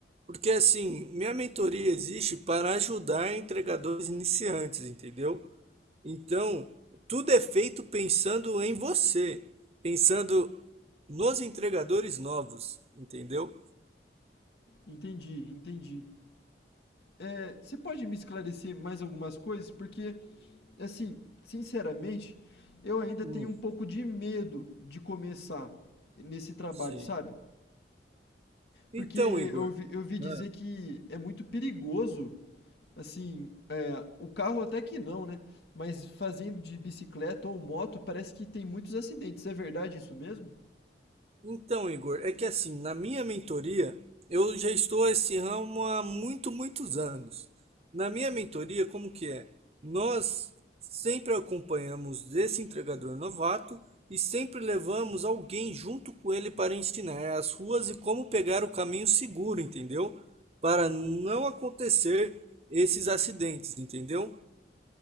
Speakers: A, on the right; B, on the left.
A: Porque assim, minha mentoria existe para ajudar entregadores iniciantes, entendeu? Então, tudo é feito pensando em você, pensando nos entregadores novos, entendeu?
B: Entendi, entendi. É, você pode me esclarecer mais algumas coisas? Porque, assim, sinceramente, eu ainda
A: Hum,
B: tenho um pouco de medo de começar nesse trabalho,
A: sim.
B: sabe?
A: Então,
B: Porque eu
A: Igor,
B: vi, eu vi dizer
A: né?
B: que é muito perigoso, assim, é, o carro até que não, né? Mas fazendo de bicicleta ou moto, parece que tem muitos acidentes. É verdade isso mesmo?
A: Então, Igor, é que assim, na minha mentoria, eu já estou esse ramo há muito, muitos anos. Na minha mentoria, como que é? Nós sempre acompanhamos esse entregador novato e sempre levamos alguém junto com ele para ensinar as ruas e como pegar o caminho seguro, entendeu? Para não acontecer esses acidentes, entendeu?